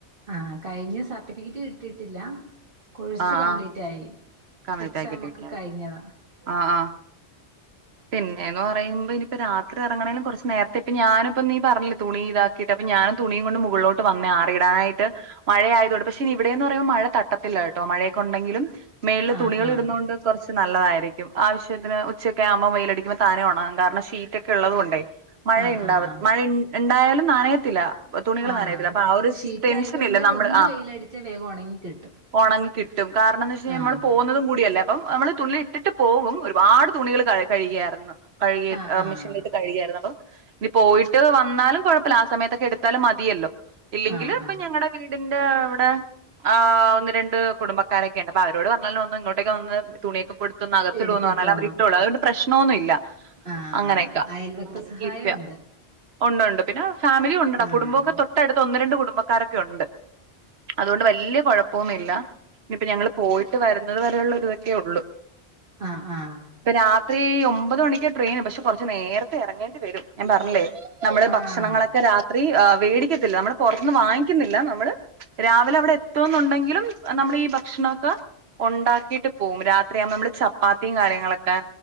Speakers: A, on the right (about 55°); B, on the right (about 70°).
A: ആ കഴിഞ്ഞ് സർട്ടിഫിക്കറ്റ് കിട്ടിട്ടില്ല കോഴ്സ്
B: ആ
A: കംപ്ലീറ്റ്
B: ആ
A: ആയി
B: കമ്മ്യൂണിറ്റ്
A: എക്സാം
B: ആക്കിയിട്ടിരിക്കാ
A: ഒക്കെ കഴിഞ്ഞതാ
B: ആഹ് ആഹ് പിന്നേന്ന് പറയുമ്പം ഇനിയിപ്പ രാത്രി എറങ്ങെണേലും കൊറച്ച് നേര്ത്തെ ഇപ്പ ഞാനിപ്പം നീ പറഞ്ഞില്ലെ തുണി ഇതാക്കീട്ട് ഞാനാ തുണിയും കൊണ്ട് മുകൾലോട്ട് വന്നെയാ ആറിയിടാനായിട്ട് മഴയായതോണ്ട് പക്ഷെ നി ഇവിടേന്ന് പറയുമ്പോ മഴ തട്ടത്തില്ല കെട്ടോ മഴെയൊക്ക ഒണ്ടെങ്കിലും മേളില്
A: ആഹ്
B: തുണികള്
A: ആഹ്
B: ഇട്ന്നാേണ്ട് കാെർച്ച് നല്ലതായിരിക്കും ആവശ്യത്തിന് ഉച്ച നെ ആവുമ്പം വെയിലടിക്കുമ്പാെ താനെ ഒണെങ്ങും കാരണം ഷീറ്റാെക്കെ ഇള്ളത് കൊണ്ടേ മഴ
A: ആഹ്
B: ഇണ്ടാവ
A: ആഹ് ആഹ്
B: മഴ ഉ ഇ ഇണ്ടായാലും നനയത്തിലാ തുണികൾ
A: ആഹ്
B: നനയത്തില്ല. അപ്പൊ ആ ഒരു
A: ഷീറ്റ്
B: സ് ടെൻഷനില്ല
A: ആയതുകൊണ്ട്
B: നമ്മള്
A: ഒന്ന്
B: ആ.
A: വെയിലടിച്ചാ വേഗം ഉണങ്ങി കിട്ടും
B: ഒണെങ്ങി കിട്ടും കാരണംന്ന് വെച്ചയ്ഞ്ഞാ
A: ആഹ്
B: മ്മള് പോകുന്നതും കൂടിയല്ലേ അപ്പം നമ്മള് തുണില് ഇട്ടിട്ട് പോവും. ഒരുപാട് തുണികള് കഴി കഴികിയാര്ന്ന്. കഴികി
A: ആഹ് ആഹ്
B: മെഷീനിലട്ട് കഴികിയാര്ന്ന്. അപ്പം ഇനി പോയിട്ട് വന്നാലും കുഴപ്പല്ല. ആ സമയത്തൊക്കെ എടുത്താലും മതിയല്ലോ. ഇല്ലെങ്കില്
A: ആഹ്
B: ഇപ്പൊ
A: ആഹ്
B: ഞങ്ങളടെ വീടിൻ <unintelligible> വ്ടെ ആ ഒന്ന് രണ്ട് കുടുംബക്കാരൊക്കെണ്ട് അപ്പൊ അവരോട് പറഞ്ഞാലും ഒന്ന് ഇങ്ങോട്ടൊക്കെ വന്ന് തുണിയൊക്കെ പോയ്ട്ത്താെന്ന് അകത്തിടാേന്ന്
A: എടുത്തിട്ടോളും
B: പർഞ്ഞാൽ അവര് ഇത്രള്ളൂ അതോണ്ട് പ്രശ്‌നോന്നു ഇല്ല.
A: ആഹ്
B: അങ്ങനെയൊക്ക
A: അയൽവക്ക
B: അങ്ങനെയൊക്കെ
A: സഹായം
B: ഇരിക്കുകയാ
A: ഉണ്ട്
B: ഒണ്ട് ഒണ്ട് പിന്നെ ഫാമിലി ഉണ്ട്ടാ
A: ആഹ്
B: കുടുംബാെക്കെ തൊട്ടട്ത്ത് ഒന്ന് രണ്ട് കുടുംബക്കാരൊക്കെ ഉണ്ട് അതോണ്ട് വല്ല്യ കൊഴപ്പോംമില്ലാ ഇപ്പ ഞങ്ങൾ പോയിട്ട് വരുന്നത് വരെയുള്ള ഇതൊക്കെ യുള്ളു
A: ആഹ് ആഹ്
B: ഇപ്പ രാത്രീ ഒമ്പത് മണിക്കാ ട്രെയിന് പക്ഷെ കൊർച്ച് നേരത്തെ എറെങ്ങേണ്ടി വെരും ഞാൻ പർഞ്ഞില്ലേ നമ്മള്
A: ആഹ്
B: ഭക്ഷണങ്ങളെക്കെ രാത്രി ആഹ് വേടിക്കത്തില്ല നമ്മള് പാെറത്ത്ന്ന് വാങ്ങിക്ക്ന്നില്ല നമ്മള് രാവിലെ അവിടെ എത്തോന്നുണ്ടെങ്കിലും നമ്മളീ ഭക്ഷണാെക്ക ഒണ്ടാക്കീട്ട് പോകും രാത്രിയാവുമ്പം മ്മള് ചപ്പാത്തീം കാര്യങ്ങളൊക്കെ